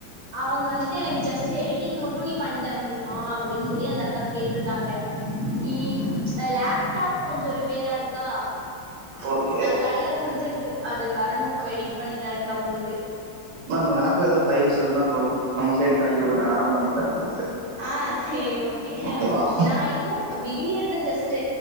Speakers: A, on the right; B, on the right.
A: அவங்க வந்துட்டு எனக்கு ஜ ஸ்ட் எடிட்டிங் மட்டு நீ பண்ணித்தர முடியுமா அப்டின் சொல்லி அந்த அக்கா கேட்ருக்காங்க நீ அ லேப்டாப் கொஞ்ச ரிப்பேரா இருக் க்கா
B: ஓகே
A: அது கடையில குடுத்துருக்கு அது வரணு எடிட் பண்ணி தரட்டு அவங்களுக்
B: மேம் எனக்கும் ஏதோ ஃபைல்ஸ் இருந்தா ப்போ நம்ம சைடு தள்ளி விடுங்க நானும் பண்ணி தரேன் உங்களுக்கு
A: ஆஹ் சேரி ஓகே
B: ஓகேவா
A: நா இன்னு பிகினியர் த ஜஸ்